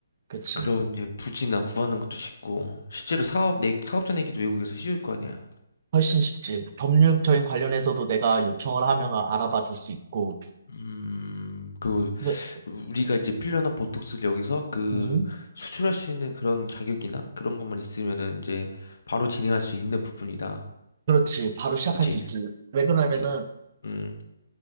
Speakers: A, on the right (about 40°); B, on the left (about 65°).
A: 그치.
B: 그런 이제 부지나 구하는 것도 쉽고, 실제로 사업, 내, 사업자 내기도 외국에서 쉬울 거 아니야.
A: 훨씬 쉽지. 법률적인
B: 그치.
A: 관련해서도 내가 요청을 하면 알아봐 줄 수 있고.
B: 음, 그거
A: 그-
B: 우리가 이제 필러나 보톡스를 여기서 그
A: 음,
B: 수출할 수 있는 그런 자격이나 그런 것만 있으면은 이제 바로 진행할 수 있는 부분이다.
A: 그렇지. 바로 시작할
B: 그치?
A: 수 있지. 왜 그러냐면은
B: 네, 음,